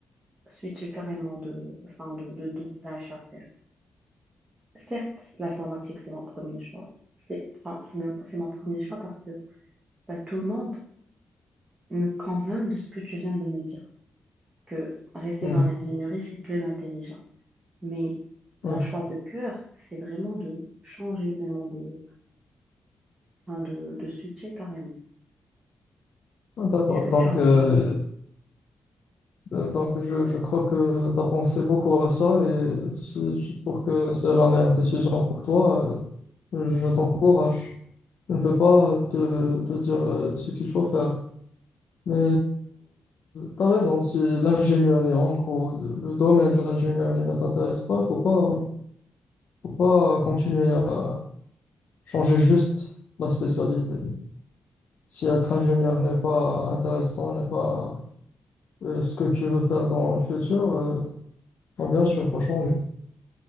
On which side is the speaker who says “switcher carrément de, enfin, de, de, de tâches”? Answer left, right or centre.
Right